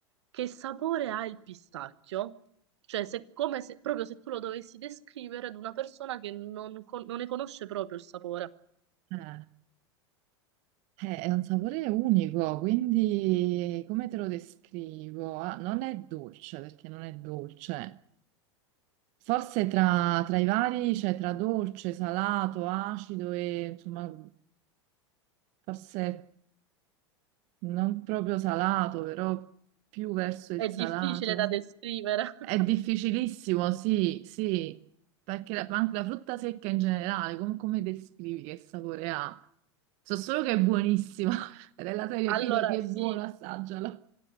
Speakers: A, on the right (about 70°); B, on the right (about 50°).
A: che sapore ha il pistacchio? Cioè, se, come se, proprio se tu lo dovessi descrivere ad una persona che non, con- non ne conosce proprio il sapore.
B: eh. Eh, è un sapore unico, quindi come te lo descrivo? Ah, non è dolce perché non è dolce. Forse tra, tra i vari, cioè tra dolce, salato, acido e insomma, forse non proprio salato, però più verso
A: È
B: il salato.
A: difficile da descrivere.
B: È difficilissimo,
A: <laughs>
B: sì, sì, perché la- ma anche la frutta secca in generale, com- come descrivi che sapore ha? So solo che è buonissima, <laughs> della serie
A: Allora,
B: fidati, è
A: sì,
B: buono, assaggialo.